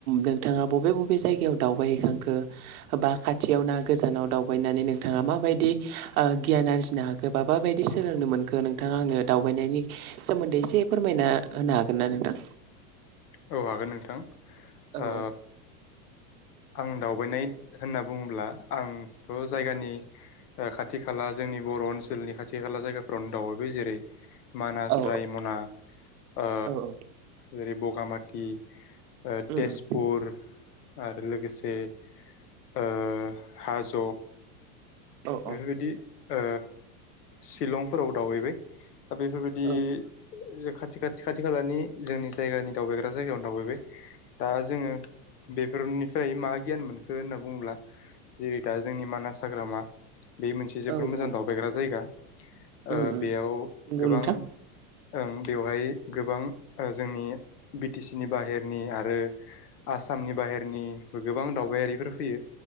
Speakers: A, on the right; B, on the left.
A: नोंथाङा बबे बबे जायगायाव दावबायहैखो? खो बा खाथियाव ना गोजानाव दावबायनानै नोंथाङा माबायदि गियान आरजि हाखो बा मााबायदि सोलोंनो मोनखो नोंथाङा आंनो दावबायनायनि सोमोन्दै एसे फोरमायना होनो हागोन। ना नोंथां?
B: औ हागोन नोंथां
A: औ
B: ओ
A: औ
B: आं दावबायनाय होनना बुङोब्ला आंथ'जायगानि ओ खाथि खाला जोंनि बर' ओनसोलनि खाथि खाला जायगाफ्रावनो दावबायबाय जेरै मानास,
A: औ
B: रायमना ओ
A: औ औ
B: ओरै बगामाथि ओ
A: उम
B: तेजपुर
A: उम
B: आ लोगोसे ओ हाज'
A: औ
B: बेफोरबायदि
A: औ
B: ओ शिलंफोराव दावबायबाय दा बेफोरबायदि
A: औ
B: ओ खाथि खाथि खाथि खालानि जोंनि जायगानि दावबायग्रा जायगायावनो दावबायबाय दा जोङो बेफोरनि फ्राय मा गियान मोनखो होनना बुङोब्ला जेरै दा जोंनि मानास हाग्रामा बे मोनसे जोबोर
A: औ
B: मोजां
A: औ
B: दावबायग्रा जायगा ओ
A: उम उम
B: बेयाव
A: नंगौ
B: गोबां
A: नोंथां
B: ओं बेवहाय गोबां ओ जोंनि बि टि सि नि बाहेरनि आरो आस आसामनि बाहेरनिबो गोबां दावबायारिफोर फैयो